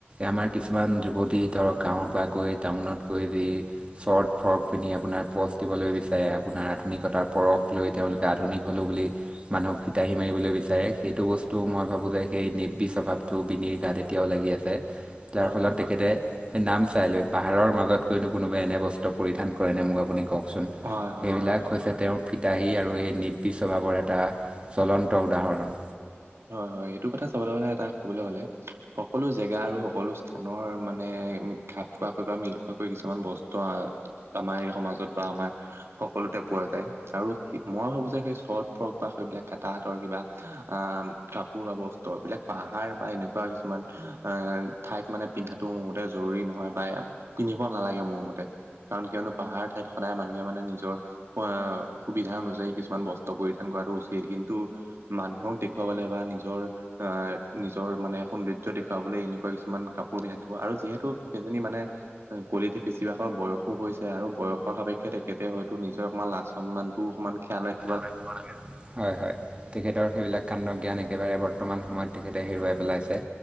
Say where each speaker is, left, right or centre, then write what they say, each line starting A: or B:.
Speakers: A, on the right; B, on the right.
A: আমাৰ কিছুমান যুৱতী ধৰক গাঁৱৰ পৰা গৈ টাউনত গৈ যি শৰ্ট ফ্ৰক পিন্ধি আপোনাৰ পচ দিবলৈ বিচাৰে আপোনাৰ আধুনিকতাৰ পৰখ লৈ তেওঁলোকে আধুনিক হ'লো বুলি মানুহক ফিতাহী মাৰিবলৈ বিচাৰে সেইটো বস্তু মই ভাবোঁ যে সেই নিৰ্বীষ স্বভাৱটো বিনিৰ গাতে এতিয়াও লাগি আছে যাৰ
B: হয়
A: ফলত
B: হয়
A: তেখেতে সেই নামচাই লৈ পাহাৰৰ মাজত। গৈ নো কোনোবাই এনে বস্ত্ৰ পৰিধান কৰেনে মোক আপুনি কওকচোন।
B: হয়
A: সেইবিলাক
B: হয় হয়
A: হৈছে তেওঁৰ- ফিতাহী আৰু সেই নিব'বি স্বভাৱৰ এটা জ্বলন্ত উদাহৰণ।
B: হয়' হয়' এইটো কথা চাবলে গ'লে, এটা কবলৈ হ'লে সকলো জেগা আৰু সকলো স্থানৰ মানে- মানে- খাপ খোৱাকৈ বা মিল খোৱাকৈ কিছুমান বস্তু আহ আমাৰ সমাজত বা আমাৰ- সকলোতে পোৱা যায়। আৰু মই ভাবো যে সেই চৰ্ট ফ্ৰক বা সেইবিলাক কটাহাতৰ কিবা আহ কাপোৰ বা বস্ত্ৰ এইবিলাক পাহাৰ বা এনেকুৱা কিছুমান এ ঠাইত মানে পিন্ধাটো মোৰ মতে জৰুৰী নহয় বা পিন্ধিব নালাগে মোৰ মতে। কাৰণ কিয়নো পাহাৰ ঠাইত সদায় মানুহে মানে নিজৰ হোৱা সুবিধা অনুযায়ী কিছুমান বস্ত্ৰ পৰিধান কৰাটো উচিত কিন্তু মানুহক দে খুৱাবলে বা নিজৰ আহ নিজৰ মানে সৌন্দ ৰ্য্য দেখুৱাবলে এনেকুৱা কিছুমান কাপোৰ পিন্ধা থব আৰু যিহেতু সেইজনী মানে কলি ঢেঁপেচি ভাগৰ বয়সো হৈছে আৰু বয়সৰ সাপেক্ষে তেখেতে হয়তো নিজৰ অকমান লাজ সন্মানটো অকণমান খিয়ালে -
A: ৰাখিব লাগে। হয়' হয়' তেখেতৰ সেইবিলাক কাণ্ড জ্ঞান একেবাৰে বৰ্তমান সময়ত তেখেতে হেৰুৱাই পেলাইছে।